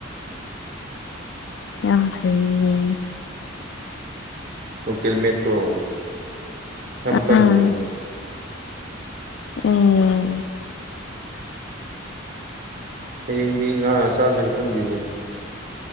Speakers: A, on the left (about 60°); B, on the right (about 50°).
A: ꯌꯥꯝ ꯐꯩꯅꯦ
B: ꯂꯣꯀꯦꯜ ꯃꯦꯇꯔꯣ ꯃꯈꯟ ꯃꯈꯟ
A: ꯑꯥ
B: ꯗꯨꯅꯦ
A: ꯎꯝ
B: ꯍꯌꯦꯡꯗꯤ ꯉꯥ ꯆꯥꯁꯤꯔ ꯈꯟꯗꯦꯅꯦ